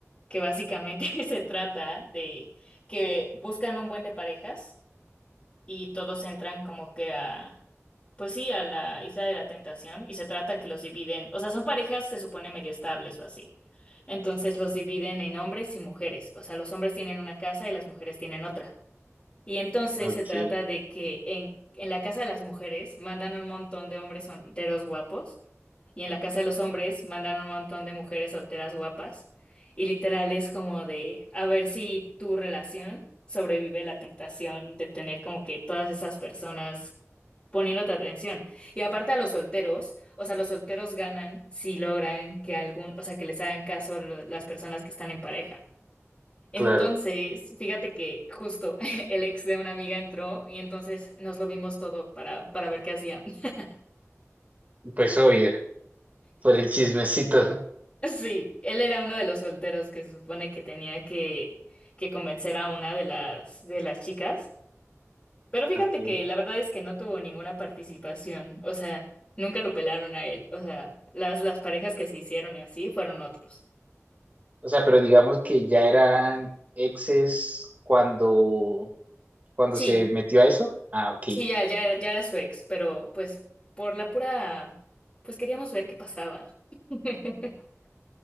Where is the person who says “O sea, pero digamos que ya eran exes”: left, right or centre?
Right